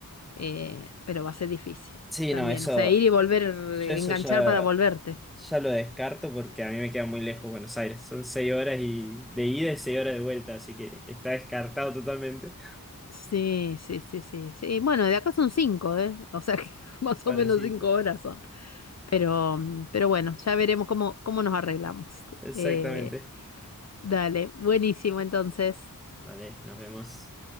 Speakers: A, on the left (about 50°); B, in the centre.
A: eh, pero va a ser difícil
B: Sí,
A: también.
B: no, eso,
A: O sea, ir y volver,
B: yo eso
A: enganchar
B: ya,
A: para volverte.
B: ya lo descarto porque a mí me queda muy lejos Buenos Aires. Son seis horas y, de ida y seis horas de vuelta, así que está descartado totalmente.
A: Sí, sí, sí, sí, sí. Bueno, de acá son cinco, ¿eh? O sea que <laughs> más
B: <laughs> Parecito.
A: o menos cinco horas son. Pero, mm, pero bueno, ya veremos cómo, cómo nos arreglamos.
B: Exactamente.
A: Eh, dale, buenísimo entonces.
B: Vale, nos vemos.